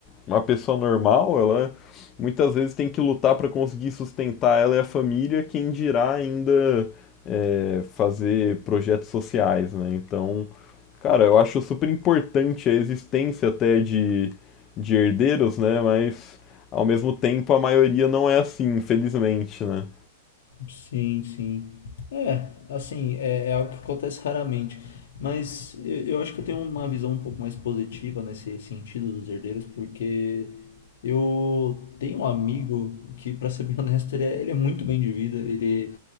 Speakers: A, on the left; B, on the left.
A: Uma pessoa normal, ela muitas vezes tem que lutar para conseguir sustentar ela e a família, quem dirá ainda é, fazer projetos sociais, né? Então, cara, eu acho super importante a existência até de, de herdeiros, né? Mas, ao mesmo tempo, a maioria não é assim, infelizmente, né?
B: Sim, sim. É, assim, é, é algo que acontece raramente. Mas eu, eu acho que eu tenho uma visão um pouco mais positiva nesse sentido dos herdeiros, porque eu tenho um amigo que, para ser bem <laughs> honesto, ele é, ele é muito bem de vida. Ele